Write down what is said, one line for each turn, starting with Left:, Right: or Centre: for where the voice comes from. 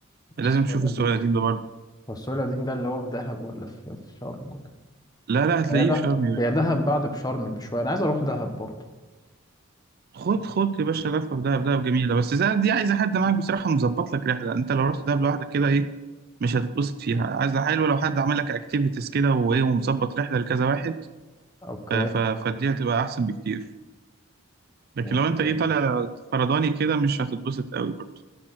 Right: لازم
Left: السوق
Right: تشوف
Left: القديم
Right: السؤال القديم ده برضه
Left: هو السوق القديم ده اللي هو في دهب ولا في في شرم ولا
Right: لا لا هتلاقيه
Left: هي ده
Right: في شرم يا باشا
Left: هي دهب بعد بشرم بشوية أنا عايز أروح دهب برضه
Right: خد خد يا باشا لفه في دهب دهب جميله بس دهب دي عايزه حد معاك بصراحه مظبط لك رحله انت لو رحت دهب لوحدك كده ايه مش هتتبسط فيها عايزه حلوه لو حد عمل لك اكتيفيتيز كده وايه ومظبط رحله لكذا واحد
Left: أوكي
Right: ف ف فدي هتبقى احسن بكتير لكن
Left: أوكي.
Right: لو انت ايه طالع فرداني كده مش هتتبسط قوي برضه